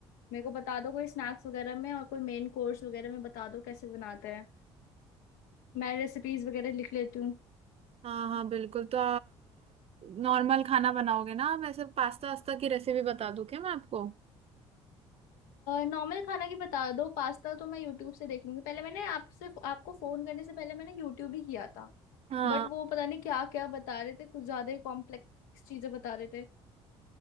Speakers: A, on the left; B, on the right.
A: मेरे को बता दो कोई स्नैक्स वगैरह में और कोई मेन कोर्स वगैरह में बता दो कैसे बनाते हैं मैं रेसिपीज वगैरह लिख लेती हूँ
B: हाँ हाँ बिल्कुल तो नॉर्मल खाना बनाओगे ना आप ऐसे पास्ता वास्ता की रेसिपी बता दूं क्या मैं आपको
A: नॉर्मल खाना की बता दो पास्ता तो मैं यूट्यूब से देख लूंगी पहले मैंने आपसे आपको फोन करने से पहले मैंने यूट्यूब ही किया था
B: हाँ
A: बट वो पता नहीं क्या क्या बता रहे थे कुछ ज्यादा ही कॉम्प्लेक्स चीजें बता रहे थे